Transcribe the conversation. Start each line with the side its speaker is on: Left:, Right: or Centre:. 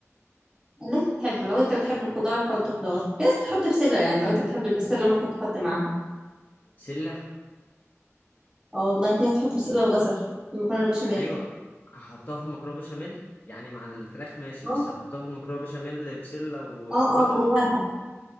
Right: اللي انت تحبه لو انت بتحب الخضار حط خضار في ناس بتحط بسلة يعني لو انت بتحب البسلة ممكن تحط معاها
Left: بسله
Right: اه والله في ناس بتحط بسلة وجزر في المكرونة البشاميل
Left: ايوه احطها في المكرونه بشاميل يعني مع الفراخ ماشي
Right: اه
Left: بس احطها في المكرونه بشاميل بسله وجزر
Right: اه اه جواها